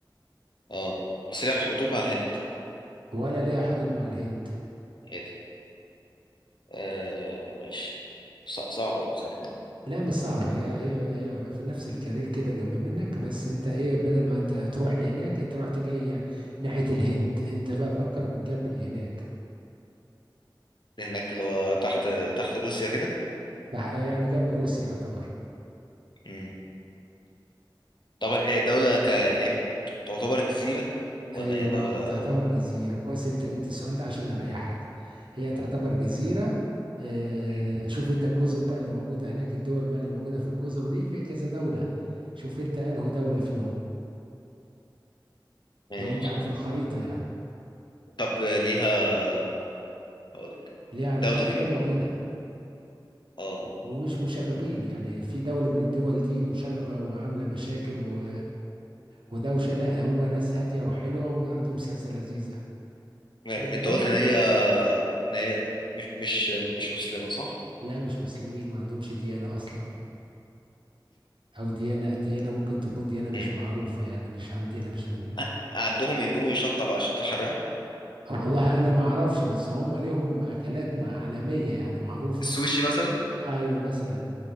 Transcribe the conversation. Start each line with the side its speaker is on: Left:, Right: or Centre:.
Left: اه بس ليها حدود مع الهند
Right: ولا ليها حدود مع الهند
Left: ايه ده آه ماشي صع- صعب والله ثانية
Right: لا مش صعبة هي هي هي في نفس الكارير كده جنب منك بس انت ايه بدل ما انت تروح لهناك انت رحت جاي ناحية الهند انت بقى فكر في الجنب اللي هناك
Left: هناك اللي هو تحت تحت روسيا كده
Right: تع- يعني جنب روسيا يعتبر
Left: مم. طب إيه دولة ك يعني ت- تعتبر جزيرة ولا
Right: ايوه
Left: هي دولة
Right: تعتبر جزيره كويس ان انت جبت السؤال ده عشان اريحك هي تعتبر جزيره آه،
Left: مم.
Right: شوف انت الجزر بقى اللي موجوده هناك الدول بقى اللي موجوده في الجزر دي في كذا دوله شوف انت انه دوله فيهم
Left: ماشي
Right: لو انت عارف الخريطه يعني
Left: طب ليها هقول لك
Right: ليها
Left: الدولة
Right: علاقات
Left: دي
Right: حلوه بينا
Left: اه
Right: و- ومش مشاغبين يعني في دولة من الدول دي مشاغبة وعاملة مشاكل و... ودوشة لا هم ناس هادية وحلوة وعندهم سياسة لذيذة
Left: ما-
Right: والضر
Left: انت قلت ان هي ان هي مش مش مش مسلمة صح؟
Right: لا مش مسلمين ما عندهمش ديانة أصلا او ديانة ديانة ممكن تكون ديانة مش
Left: مم.
Right: معروفة يعني مش عندنا مش من
Left: ع- عندهم يندومي شطة شطة حرقة
Right: أو والله انا ما اعرفش بس هم ليهم اكلات مع- عالمية يعني معروفة
Left: السوشي مثلا
Right: ايوه مثلا